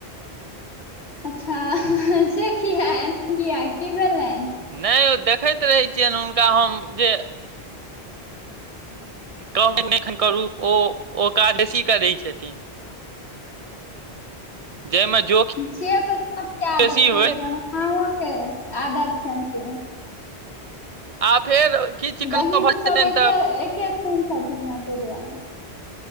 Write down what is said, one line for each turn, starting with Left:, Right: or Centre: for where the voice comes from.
Left: <unintelligible>
Right: नै ओ देखैत रहैत छियनि हुनका हम जे कह एखन करू ओ ओ कादसी कऽ दै छथिन <unintelligible>
Left: से तऽ सभ केँ
Right: बेसी
Left: आदत
Right: होय
Left: रहैत छै हमर माँओे आदत छनि से
Right: आ फेर किछु कनियो
Left: बहिन
Right: भऽ
Left: सभ
Right: जेतनि
Left: एके एके खून छथिन ने तैय दुआरे